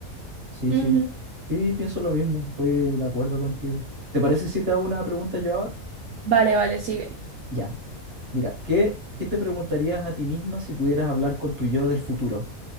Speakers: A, on the right; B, on the right.
A: Sí,
B: Ujú.
A: sí. Sí, pienso lo mismo, estoy de acuerdo contigo. ¿Te parece si te hago una pregunta yo ahora?
B: Vale, vale, sigue.
A: Ya. Mira, ¿qué, qué te preguntarías a ti misma si pudieras hablar con tu yo del futuro?